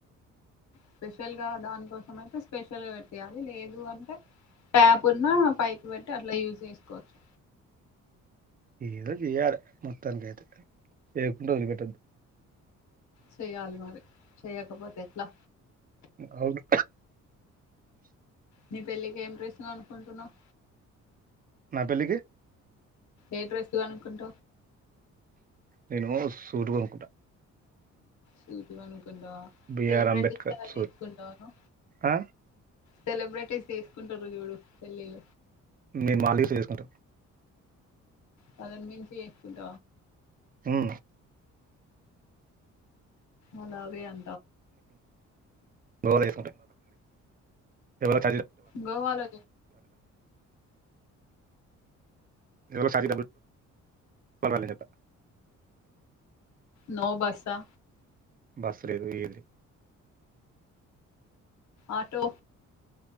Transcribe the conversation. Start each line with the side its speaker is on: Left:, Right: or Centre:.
Left: స్పెషల్గా దానికోసం అయితే స్పెషల్గా పెట్టేయాలి లేదు అంటే ట్యాప్ ఉన్నా పైప్ పెట్టి అట్లా యూజ్ చేసుకోవచ్చు
Right: ఏదో చెయాలి మొత్తానికైతే చేయకుంటూ వదిలిపెట్టద్దు
Left: చేయాల మారి చేయకపోతేట్లా
Right: అవును
Left: నీ పెళ్ళికి ఏం డ్రస్ కొనుకుంటున్నావు
Right: నా పెళ్లికి
Left: ఏ డ్రస్సు కొనుకుంట
Right: నేను సూటు కొనుక్కుంటా
Left: సూజ ను కుా
Right: బిఆర్
Left: సెలబ్రేట్
Right: అంబేద్కర్
Left: ఇచ్చేలా
Right: సూట్
Left: చేసుకుంటాను
Right: ఆ
Left: సెలబ్రిటీస్ చేసుకుంటారు చూడు పెళ్ళిళ్ళ
Right: మేము మాలీఫ చేసుకుంటాం
Left: పదిమంచి చేకుంట
Right: ఉమ్
Left: అలావి అ
Right: బ ఎ అ ఎ
Left: గోవాలో
Right: ఇ సబ బళ చెపా
Left: నోబాసా
Right: బస్లేదుయలి
Left: ఆటో